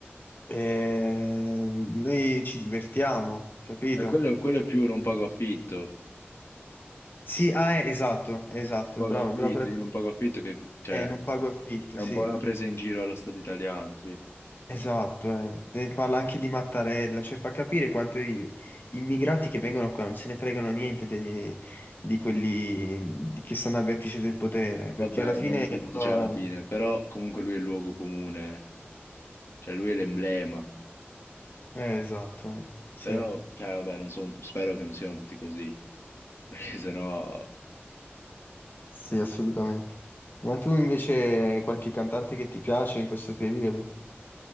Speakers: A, on the left; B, on the left.
A: eh, noi ci divertiamo, capito?
B: Eh, quello, quello è più non pago affitto, non
A: Sì, ah, eh, esatto, esatto,
B: pago
A: bravo,
B: affitto,
A: bravo. per-
B: io non pago affitto che, cioè,
A: Eh, non pago affitto,
B: è un
A: sì,
B: po' una presa in giro allo Stato italiano, sì.
A: esatto. eh. Eh, Parla anche di Mattarella, cioè fa capire quanto i- gli immigrati che vengono qua non se ne fregano niente dei- di quelli di- che stanno al vertice del potere,
B: Vabbè,
A: perché alla fine...
B: non tutti,
A: loro-
B: cioè alla fine, però comunque lui è il luogo comune, cioè lui è l'emblema,
A: Eh, esatto, eh, sì,
B: però, cioè vabbè, non so, spero che non siano tutti così, <laughs> perché sennò,
A: sì, assolutamente. Ma tu invece hai qualche cantante che ti piace in questo periodo?